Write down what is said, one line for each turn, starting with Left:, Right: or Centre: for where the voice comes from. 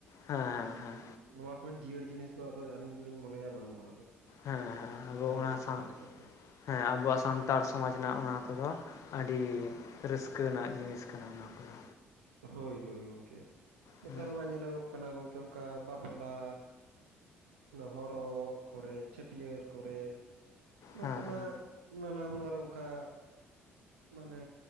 Left: ᱦᱮᱸ ᱦᱮᱸ ᱦᱮᱸ,
Right: ᱱᱚᱣᱟ ᱠᱷᱚᱱ ᱡᱤᱭᱟᱹᱲ ᱡᱤᱱᱤᱥ ᱫᱚ ᱟᱫᱚ ᱟᱹᱞᱤᱧ ᱫᱚᱞᱤᱧ ᱢᱚᱱᱮᱭᱟ ᱵᱟᱹᱱᱩᱜᱼᱟ ᱟᱫᱚ
Left: ᱦᱮᱸ ᱦᱮᱸ ᱟᱵᱚ
Right: ᱟᱹᱞᱤᱧᱟᱜ
Left: ᱚᱱᱟ ᱥᱟᱶ
Right: ᱠᱟᱛᱷᱟ ᱞᱮᱠᱟ ᱛᱮ᱾
Left: ᱦᱮᱸ ᱟᱵᱚᱣᱟᱜ ᱥᱟᱱᱛᱟᱲ ᱥᱚᱢᱟᱡᱽ ᱨᱮᱱᱟᱜ ᱚᱱᱟ ᱠᱚᱫᱚ ᱟᱹᱰᱤ ᱨᱟᱹᱥᱠᱟᱹ ᱱᱟᱜ ᱡᱤᱱᱤᱥ ᱠᱟᱱᱟ ᱱᱚᱣᱟ ᱠᱚᱫᱚ᱾
Right: ᱦᱳᱭ ᱦᱳᱭ, ᱜᱚᱝᱠᱮ ᱱᱮᱛᱟᱨ
Left: ᱦᱮᱸ
Right: ᱢᱟ ᱧᱮᱞᱚᱜᱚᱜ ᱠᱟᱱᱟ ᱜᱚᱝᱠᱮ ᱚᱝᱠᱟ ᱵᱟᱯᱞᱟ ᱦᱚᱨᱚᱜ ᱠᱚᱨᱮ, ᱪᱷᱟᱹᱴᱭᱟᱹᱨ ᱠᱚᱨᱮ, ᱱᱚᱝᱠᱟ
Left: ᱦᱮᱸ ᱦᱮᱸ
Right: ᱱᱟᱜ ᱱᱟᱱᱟ ᱦᱩᱱᱟᱹᱨ ᱚᱱᱠᱟ ᱢᱟᱱᱮ